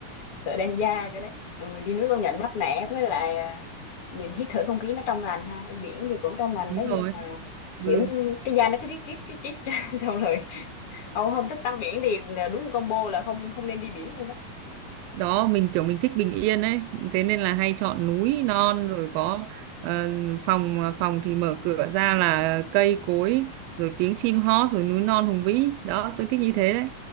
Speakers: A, on the left; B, on the right.
A: Sợ đen da cái đấy. Ừ, đi nước công nhận mát mẻ với lại à, mình hít thở không khí nó trong lành ha. Ở Biển thì cũng trong lành
B: đúng
A: đấy nhưng
B: rồi
A: mà
B: ừ.
A: kiểu cái da nó cứ rít rít rít rít <laughs> xong rồi ông không thích tắm biển thì là đúng combo là không không nên đi biển luôn đó
B: đó mình kiểu mình thích bình yên ấy thế nên là hay chọn núi non rồi có ờ, phòng ờ, phòng thì mở cửa ra là cây cối rồi tiếng chim hót rồi núi non hùng vĩ đó tôi thích
A: Ừ,
B: như thế đấy